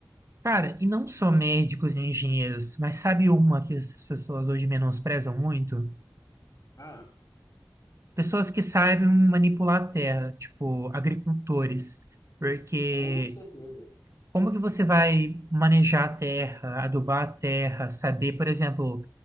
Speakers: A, on the right (about 40°); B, on the left (about 45°).
A: Cara, e não só médicos e engenheiros, mas sabe uma que as pessoas hoje menosprezam muito?
B: Ah,
A: Pessoas que sabem manipular a terra, tipo agricultores. Porque
B: com certeza.
A: como que você vai manejar a terra, adubar a terra, saber, por exemplo,